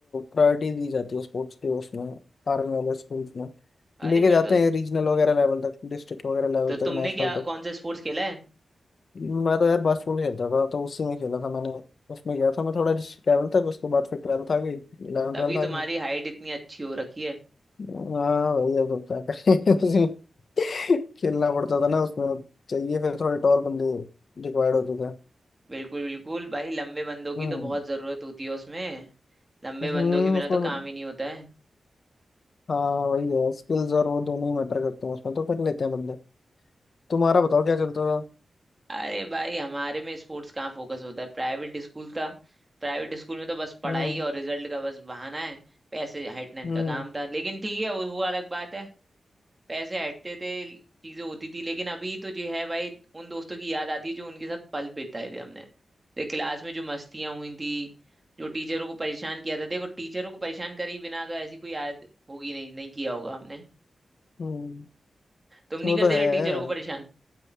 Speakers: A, on the left (about 60°); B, on the right (about 20°).
A: प्रायोरिटी दी जाती है स्पोर्ट्स के उसमें आर्मी वाले स्कूल्स में
B: अरे
A: लेके
B: फिर
A: जाते
B: तो
A: हैं रीजनल वगैरह लेवल तक डिस्ट्रिक्ट वगैरह लेवल
B: तो तुमने
A: तक नेशनल
B: क्या
A: तक
B: कौन सा स्पोर्ट्स खेला है
A: मैं तो यार बास्केटबॉल खेलता था तो उसी में खेला था मैंने उसमें गया था मैं थोड़ा डिस्ट्रिक्ट लेवल तक उसके बाद फिर ट्वेल्थ आ गई इलेवन
B: तभी
A: ट्वेल्थ आ
B: तुम्हारी
A: गई
B: हाइट इतनी अच्छी हो रखी है
A: हाँ भैया तो क्या करें <laughs> उसी में खेलना पड़ता था ना उसमें चाहिए फिर थोड़े टॉल बंदे रिक्वायर्ड होते थे
B: बिल्कुल बिल्कुल भाई लंबे बंदों की
A: हम्म
B: तो बहुत जरूरत होती है उसमें लंबे
A: हम्म,
B: बंदों के बिना
A: उसमें
B: तो काम ही नहीं होता है
A: हाँ वही है स्किल्स और वो दोनों ही मैटर करते हैं उसमें तो कर लेते हैं बंदे तुम्हारा बताओ क्या चलता था
B: अरे भाई हमारे में स्पोर्ट्स कहाँ फोकस होता है प्राइवेट स्कूल का प्राइवेट स्कूल में तो बस पढ़ाई
A: हम्म
B: और रिजल्ट का बस बहाना है पैसे हटना इनका
A: हम्म
B: काम था लेकिन ठीक है वो वो अलग बात है पैसे हटते थे चीजें होती थी लेकिन अभी तो जो है भाई उन दोस्तों की याद आती है जो उनके साथ पल बिताए थे हमने देख क्लास में जो मस्तियां हुई थी जो टीचरों को परेशान किया था देखो टीचरों को परेशान करे बिना तो ऐसी कोई याद होगी नहीं नहीं किया होगा हमने
A: हम्म
B: तुम नहीं
A: वो
B: करते
A: तो है
B: थे टीचरों को परेशान